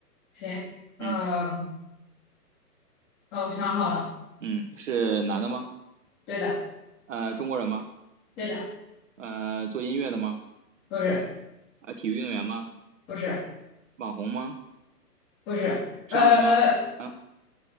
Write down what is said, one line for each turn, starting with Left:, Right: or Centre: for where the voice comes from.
Left: 行呃
Right: 嗯
Left: 呃，我想好了，
Right: 嗯，是男的吗？
Left: 对的
Right: 呃，中国人吗？
Left: 对的，
Right: 呃，做音乐的吗？
Left: 不是
Right: 呃，体育运动员吗？
Left: 不是
Right: 网红吗？
Left: 不是呃
Right: 商人吗？啊，